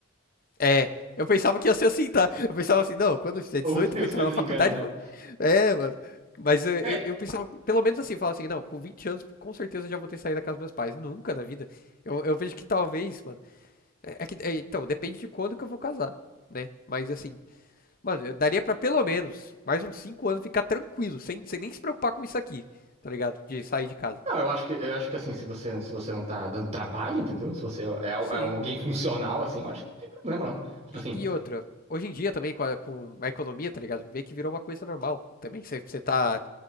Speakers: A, on the left; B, on the right.
A: É, eu pensava que ia ser assim, tá? Eu pensava assim, não, quando eu fizer
B: Ou
A: 18,
B: <laughs>
A: vou
B: os
A: entrar
B: filmes
A: na faculdade,
B: enganam, né?
A: mano. É, mano. Mas eu, eu,
B: É,
A: eu pensava, pelo menos assim, eu falava assim, não, com 20 anos, com certeza eu já vou ter saído da casa dos meus pais. Nunca na vida. Eu, eu vejo que talvez, mano. É, é que, é, então, depende de quando que eu vou casar, né? Mas assim, Mano, eu daria pra pelo menos mais uns 5 anos ficar tranquilo, sem, sem nem se preocupar com isso aqui, tá ligado? De sair de casa.
B: não, eu acho que eu acho que assim, se você se você não tá dando trabalho, entendeu? Se você é, é um-
A: Sim.
B: alguém funcional assim, eu acho que não tem problema não. Tipo
A: E,
B: assim,
A: e outra, hoje em dia também com a, com a economia, tá ligado? Vê que virou uma coisa normal também. Você você tá